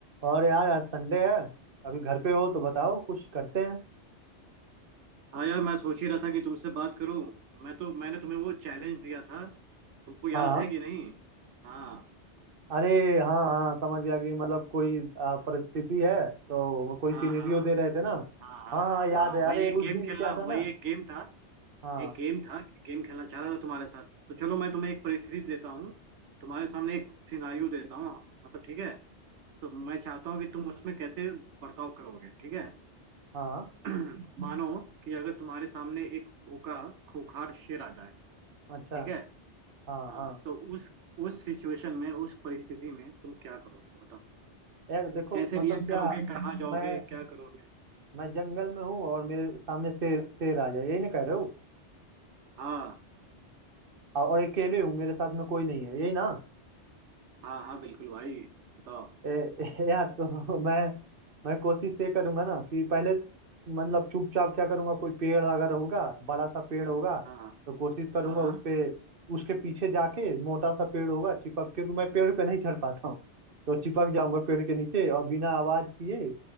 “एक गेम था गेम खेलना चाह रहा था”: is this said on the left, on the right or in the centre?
Right